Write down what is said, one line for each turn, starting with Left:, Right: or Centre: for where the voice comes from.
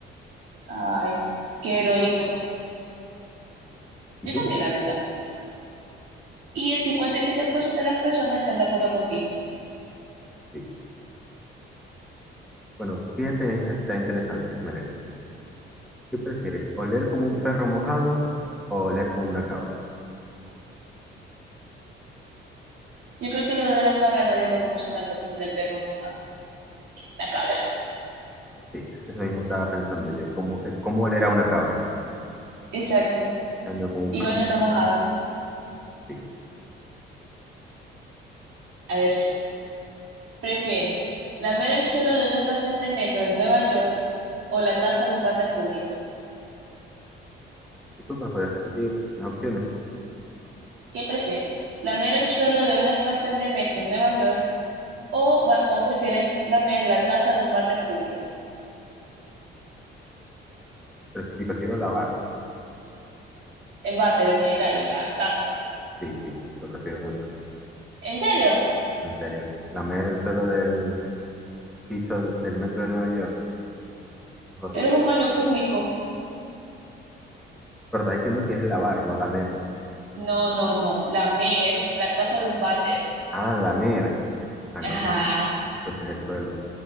Right: Ay, qué heroico.
Centre: ¿Y
Right: Yo
Centre: tú?
Right: también, la verdad. Y el 57% de las personas están de acuerdo contigo.
Centre: Sí. Bueno, fíjate en esta que está interesante, Melanie. ¿Qué prefieres? ¿Oler como un perro mojado o oler como una cabra?
Right: Yo creo que lo de la cabra nadie lo conoce tanto como el del perro mojado. La cabra.
Centre: Sí, eso mismo estaba pensando yo. ¿Cómo, cómo oler a una cabra?
Right: Exacto.
Centre: En Cambio como un
Right: Igual
Centre: perro mojado.
Right: no está mojada.
Centre: Sí.
Right: A ver tú. ¿Prefieres lamer el suelo de una estación de metro en Nueva York o la taza de un váter público?
Centre: Disculpa, ¿puedes repetir las opciones?
Right: ¿Qué prefieres? ¿Lamer el suelo de una estación de metro en Nueva York o, va- o prefieres lamer la taza de un váter público?
Centre: Pre- si prefiero lavar.
Right: El váter, el sanitario, la taza.
Centre: Sí, sí, lo prefiero mucho.
Right: ¿En serio?
Centre: En serio. Lamer el suelo del piso del metro de Nueva York. Es horrible.
Right: Pero es un baño público.
Centre: Pero está diciendo que es lavar, no lamer.
Right: No, no, no. Lamer la taza de un váter.
Centre: Ah, lamer. Ah, no,
Right: Ajá.
Centre: entonces, entonces el suelo.